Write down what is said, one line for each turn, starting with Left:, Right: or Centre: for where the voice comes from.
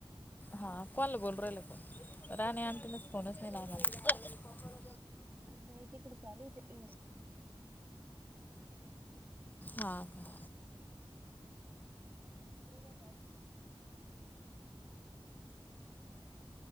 Left: हा कोनाला बोलून राहिला तो राणी आंटीने आज फोनच नाही लावला
Right: नाही तिकडं चालू आहे
Left: हा का
Right: नाही तिकडं <inaudible> <inaudible>